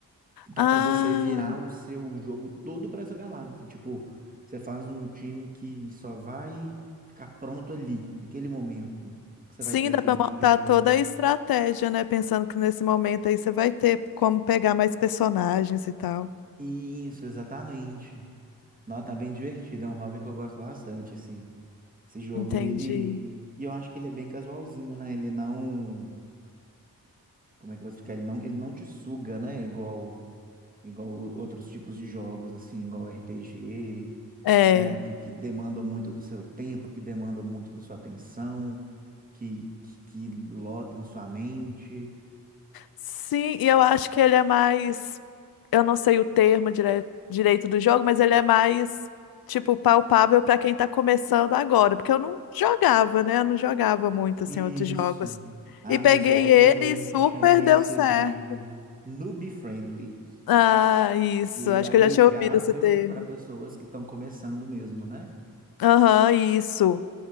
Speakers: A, on the right; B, on the left.
A: Dá
B: Ah,
A: para você virar o seu jogo todo para essa galáxia. Tipo, você faz um time que só vai ficar pronto ali, naquele momento, que você
B: sim,
A: vai ter
B: dá
A: aquele
B: pra
A: dinheiro.
B: montar toda a estratégia, né? Pensando que nesse momento aí você vai ter como pegar mais personagens e tal.
A: Isso, exatamente. Nossa, tá bem divertido. É um hobby que eu gosto bastante, assim. esse jogo.
B: Entendi.
A: E ele. E eu acho que ele é bem casualzinho, né? Ele não. Como é que eu vou explicar? Ele não, ele não te suga, né? Igual, igual outros tipos de jogos, assim, igual RPG,
B: É.
A: né? Que, que demandam muito do seu tempo, que demandam muito da sua atenção, que, que, que lotam sua mente.
B: Sim, e eu acho que ele é mais. Eu não sei o termo dire- direito do jogo, mas ele é mais, tipo, palpável pra quem tá começando agora. Porque eu não jogava, né? Eu não jogava muito, assim,
A: Isso.
B: outros jogos.
A: Ah,
B: E peguei
A: nos jogos
B: ele
A: a gente
B: e super
A: chama isso
B: deu certo.
A: de noob friendly,
B: Ah, isso.
A: que ele
B: Acho
A: é amigável
B: que eu já tinha ouvido esse termo.
A: para pessoas que estão começando mesmo, né?
B: Aham, isso.